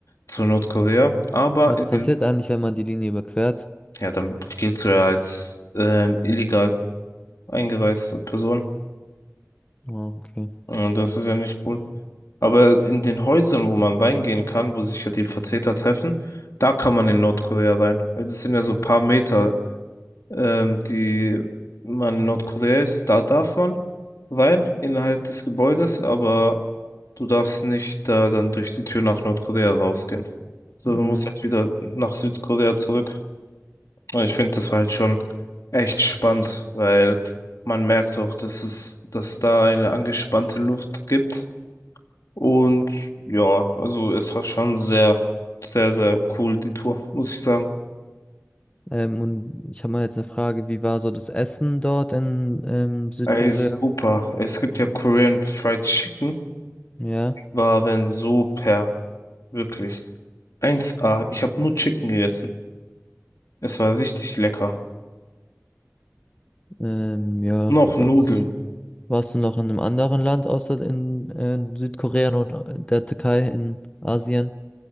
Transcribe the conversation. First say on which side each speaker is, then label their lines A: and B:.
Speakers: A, on the left; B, on the left.
A: zu Nordkorea. Aber
B: Was
A: in
B: passiert
A: den,
B: eigentlich, wenn man die Linie überquert?
A: ja, dann giltst du ja als ähm, illegal eingereiste Person.
B: Oh, okay.
A: Und das ist ja nicht cool. Aber in den Häusern, wo man reingehen kann, wo sich halt die Vertreter treffen, da kann man in Nordkorea rein. Weil das sind ja so paar Meter ähm, die man in Nordkorea ist, da darf man rein innerhalb des Gebäudes, aber du darfst nicht da dann durch die Tür nach Nordkorea rausgehen. So,
B: Mm,
A: du musst halt wieder nach Südkorea zurück. Und ich finde, das war halt schon echt spannend, weil man merkt auch, dass es, dass da eine angespannte Luft gibt. Und ja, also es war schon sehr, sehr, sehr cool, die Tour, muss ich sagen.
B: ähm, und ich habe mal jetzt eine Frage, wie war so das Essen dort in ähm, Südkorea?
A: Ey, super. Es gibt ja Korean Fried Chicken.
B: Ja,
A: waren super, wirklich. eins a ich habe nur Chicken gegessen. Es war richtig lecker.
B: ähm, ja.
A: Und auch Nudeln.
B: Äh, Was, warst du noch in einem anderen Land außer in äh, Südkorea und äh, der Türkei in Asien?